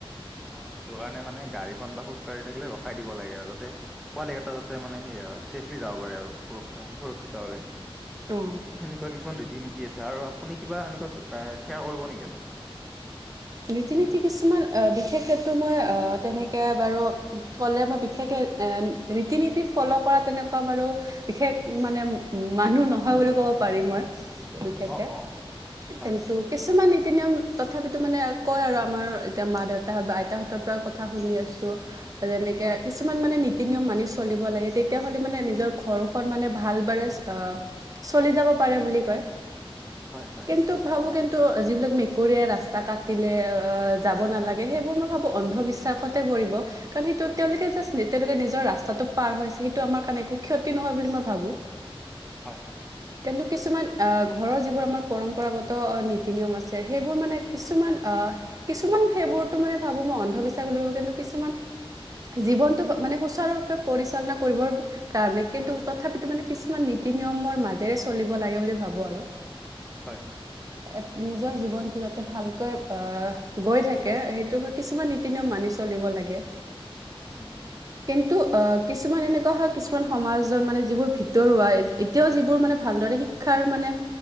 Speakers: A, in the centre; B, on the right.
A: অ- সেইটো কাৰণে মানে গাড়ীখন বা খোজ কাঢ়ি থাকিলে ৰখাই দিব লাগে আৰু যাতে- পোৱালি কেইটা যাতে মানে সেই ছেফলি যাব পাৰে আৰু সুৰক্ষা সুৰক্ষিতভাৱে।
B: অ
A: সেনেকুৱা কিছুমান ৰীতি নীতি আছে, আৰু আপুনি কিবা এনেকুৱা শ্বেয়াৰ কৰিব নেকি আৰু?
B: ৰীতি নীতি কিছুমান আহ বিশেষকেতো মই আহ- তেনেকৈ বাৰু ক'লে মই বিশেষকে ৰীতি নীতি ফলৰ কৰা তেনেকুৱা বাৰু। বিশেষ মানে, মানুহ নহয় বুলি ক'ব পাৰিম মই, বিশেষকে।
A: অ' অ' হয়
B: কিন্তু কিছুমান নীতি-নিয়ম তথাপিতো, মানে কয় আৰু আমাৰ এতিয়া মা-দেউতা বা আইতাহঁতৰ পৰা কথা শুনি আছো, যেনেকে
A: হয়
B: কিছুমান মানে নীত ৰীতি- নীতি মানি চলিব লাগে, তেতিয়াহ'লে মানে নিজৰ ঘৰখন মানে ভাল বাৰে চলি যাব পাৰে বুলি কয়,
A: হয় হয়
B: কিন্তু ভাবো
A: অ'
B: কিন্তু, যিবিলাক মেকাপ মেকুৰীয়ে ৰাস্তা কাটিলে, যাব নালাগে, সেইবোৰ মই ভাবোঁ অন্ধবিশ্বাসতে পৰিব। কাৰণ সেইটো তেওঁলোকে‌ জাষ্ট, তেওঁলোকে নিজৰ ৰাস্তাটো পাৰ হৈছে, সেইটো আমাৰ কাৰণে একো ক্ষতি নহয় বুলি মই ভাবোঁ।
A: হয়, হয়।
B: কিন্তু কিছুমান, আ, ঘৰৰ যিবোৰ আমাৰ পৰম্পৰাগত নীতি- নিয়ম আছে সেইবোৰ মানে। কিছুমান আহ, কিছুমান সেইবোৰতো মানে ভাবো মই অন্ধবিশ্বাস বুলি ভাবো কিন্তু কিছুমান জীৱনটো মানে, সুচাৰুৰূপে পৰিচালনা কৰিবৰ। কাৰণে কিন্তু তথাপিতো মানে, কিছুমান নীতি-নিয়মৰ মাজেৰে চলিব লাগে বুলি ভাবো আৰু।
A: হয়, হয়।
B: এই, নিজৰ-জীৱনটো যাতে ভালকৈ আহ, গৈ থাকে সেইটো কিছুমান মানি চলিব লাগে,
A: উম।
B: কিন্তু অ, কিছুমান এনেকুৱা হয়, কিছুমান। কিছুমান সমাজত মানে যিবোৰ ভিতৰুৱা, এতিয়াও যিবোৰ মানে ভালদৰে শিক্ষাৰ মানে।